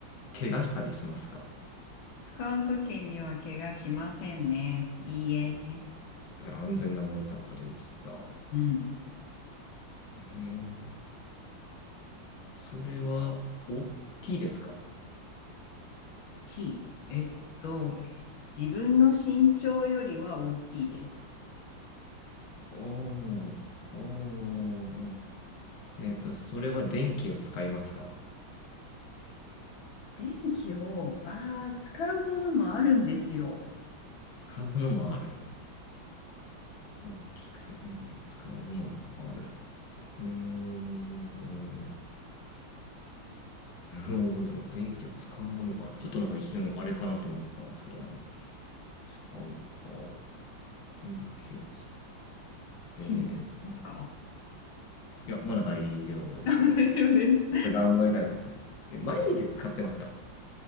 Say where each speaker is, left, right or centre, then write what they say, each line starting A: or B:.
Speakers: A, on the left; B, on the left.
A: 怪我したりしますか
B: <laughs> 使うときには怪我しませんね。いいえ。
A: じゃあ安全なものってわかりました。
B: うん。
A: えー、それは大きいですか
B: きい。えっと、自分の身長よりは大きいです。
A: おー、おー、えっと、それは電気を使いますか
B: 電気を、ああ、使うものもあるんですよ。
A: 使うものもある。大きくて電気を使うものもある。うーん、うんなんだろう、電気を使うものがある。ちょっとなんか一瞬あれかなと思ったんですけども。使うか。電気を使う。
B: ヒントいきますか
A: えー、いや、まだ大丈夫ですね。
B: <laughs> 大丈夫です。
A: 頑張りたいですね。え毎日使ってますか